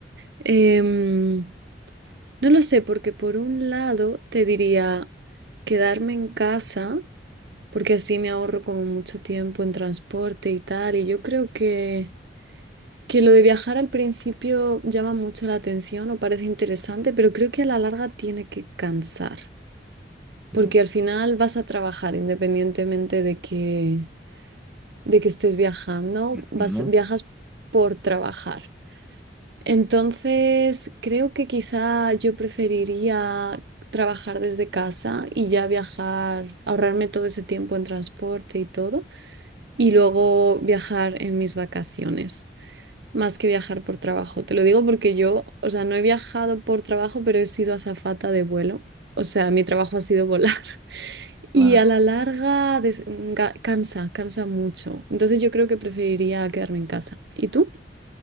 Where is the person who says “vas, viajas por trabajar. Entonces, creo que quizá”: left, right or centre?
Right